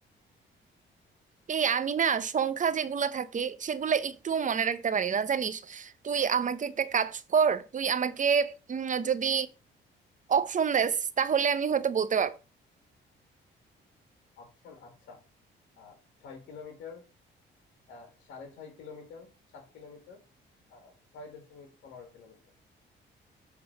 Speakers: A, on the right; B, on the left.
A: এই আমি না সংখ্যা যেগুলা থাকে সেগুলা একটু মনে রাখতে পারি না জানিস তুই আমাকে একটা কাজ কর তুই আমাকে উম, যদি অপশন দেস তাহলে আমি হয়তো বলতে পারবো
B: অপশন আচ্ছা আহ ছয় কিলোমিটার আহ সাড়ে ছয় কিলোমিটার সাত কিলোমিটার আহ ছয় দশমিক পনেরো কিলোমিটার